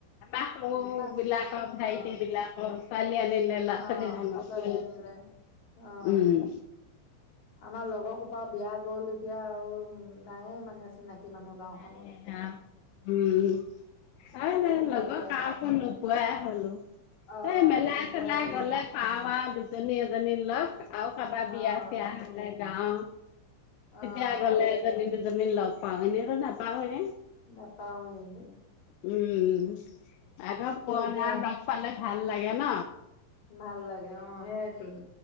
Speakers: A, on the left; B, on the left.
A: বাপু
B: দুটা
A: বিলাক ভাইটি
B: অ'
A: বিলাক ছোৱালি আনিলে ল'ৰা
B: অ'
A: ছোৱালী ডাঙৰ
B: ছোৱালী
A: হ'ল
B: আনিলে অ'
A: উম
B: আমাৰ লগৰ সোপা বিয়া গ'ল এতিয়া আৰু নায়ে মানে চিনাকি মানুহ গাঁওখনত।
A: নাই উম তই
B: সোপা
A: লগৰ
B: বিয়া
A: কাকো নোপোৱাই হলো
B: অ'
A: তই মেলাই
B: নোপোৱাই
A: চেলাই
B: হ'লো
A: গলে পাও আৰু দুজনী এজনী লগ আৰু কাৰোবাৰ বিয়া
B: অ'
A: চয়া হলে য়াও তেতিয়া
B: অ'
A: গলে এজনী দুজনি লক পাওঁ নাপাওঁয়ে
B: নাপাওঁ এনে
A: উম উম আগ পোৱা
B: এতিয়া
A: মিলা লগক পালে ভাল লাগে ন
B: ভাল লাগে অ সেইটোন